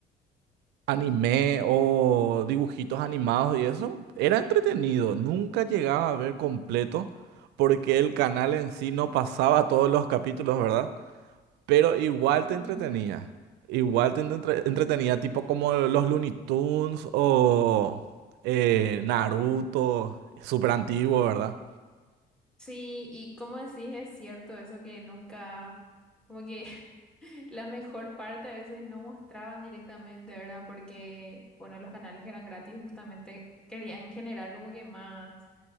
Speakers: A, on the right; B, in the centre.
A: anime o dibujitos animados y eso, era entretenido. Nunca llegaba a ver completo porque el canal en sí no pasaba todos los capítulos, ¿verdad? Pero igual te
B: <laughs>
A: entretenía. Igual te entre- entretenía, tipo como los Looney Tunes o eh, Naruto, súper antiguo, ¿verdad?
B: Sí, y como decís, es cierto eso que nunca, como que <laughs> la mejor parte a veces no mostraban directamente, ¿verdad? Porque, bueno, los canales que eran gratis justamente querían generar como que más,